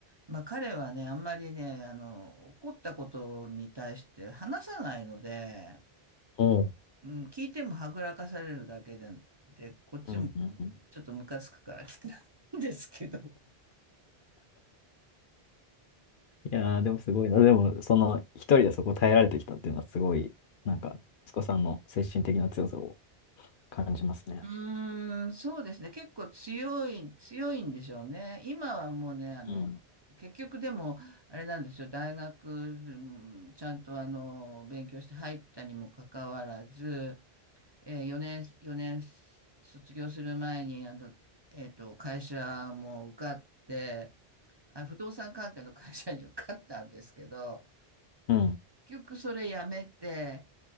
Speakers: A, on the right; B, on the left.
A: まあ、彼はね、あんまりね、あの、怒ったことに対して話さないので、
B: おう。
A: うん、聞いてもはぐらかされるだけで、で、こっちも
B: うんうんうん。い
A: ちょっとムカつくから来たんですけど。
B: やー、でもすごいな。でも、その、一人でそこ耐えられてきたっていうのはすごい、なんか、息子さんの精神的な強さを感じますね。
A: うーん、そうですね。結構強い、強いんでしょうね。今はもうね、あの、
B: うん。
A: 結局でも、あれなんですよ。大学、うんちゃんとあの、勉強して入ったにもかかわらず、え4年、4年卒業する前に、あの、えっと、会社も受かって、あ、不動産関係の会社に受かったんですけど、
B: うん。
A: 結局それ辞めて、